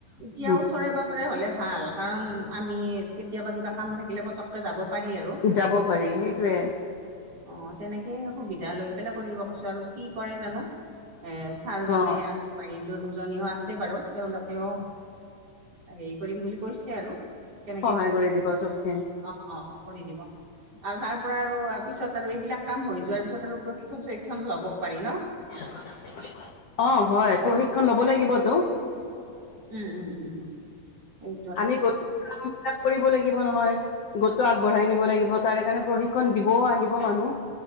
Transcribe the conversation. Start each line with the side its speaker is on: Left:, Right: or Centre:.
Right: এতিয়া
Left: উ
Right: ওচৰে- পাজৰে হ'লে ভাল কাৰণ আমি কেতিয়াবা কিবা কাম থাকিলে পতককে যাব পাৰি আৰু।
Left: যাব পাৰি সেইটোৱে।
Right: অহ, তেনেকে সুবিধা লৈ পেলাই কৰি দিব কৈছো আৰু কি কৰে জানো এ ছাৰজনে
Left: অ
Right: আৰু পাই দ' দুজনীও আছে বাৰু তেওঁলোকেও হেৰি কৰিম বুলি কৈছে আৰু কেনেকে
Left: সহায়
Right: কি কৰিব
Left: কৰি দিব
Right: পাৰি।
Left: চবখিনি
Right: অ', অ', অ', কৰি দিব আৰু তাৰ পৰা আৰু পিছত আৰু এইবিলাক কাম হৈ যোৱাৰ পিছত আৰু প্ৰশিক্ষণ- চশিক্ষন লব পাৰি ন?
Left: পিছত কথা পাতিম বোলে। অ, হয় প্ৰশিক্ষণ লব লাগিবতো।
Right: উম -উম-উম-উম এই
Left: আমি গোটটোৰ কামবিলাক কৰিব লাগিব নহয়। গোটটো আগবঢ়াই নিব লাগিব তাৰে কাৰণে প্ৰশিক্ষণ দিবও আহিব মানুহ।